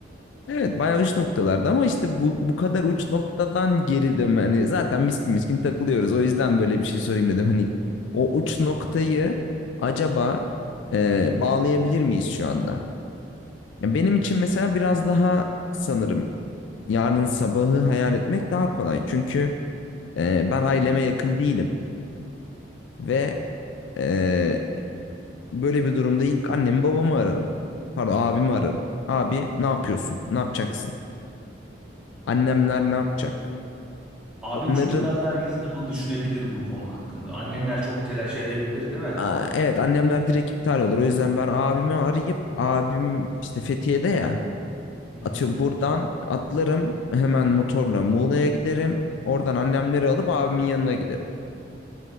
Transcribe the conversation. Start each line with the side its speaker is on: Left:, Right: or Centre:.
Left: Evet bayağı uç noktalarda ama işte bu, bu kadar uç noktadan geridim. Hani zaten miskin miskin takılıyoruz. O yüzden böyle bir şey sorayım dedim. Hani o uç noktayı acaba e, bağlayabilir miyiz şu anda? Ya benim için mesela biraz daha sanırım yarın sabahı hayal etmek daha kolay. Çünkü e, ben aileme yakın değilim ve e, böyle bir durumda ilk annemi babamı ararım. Pardon abimi ararım. Abi ne yapıyorsun? Ne yapacaksın? Annemler ne yapacak?
Centre: Abin
Left: Onların
Centre: çünkü biraz daha reasonable düşünebilir bu konu hakkında. Annenler çok telaş edebilir, değil mi?
Left: Aa, evet annemler direkt iptal olur. O yüzden ben abimi arayıp abim işte Fethiye'de ya
Centre: Hı-hı.
Left: atıyorum buradan atlarım hemen motorla Muğla'ya giderim. Oradan annemleri alıp abimin yanına giderim.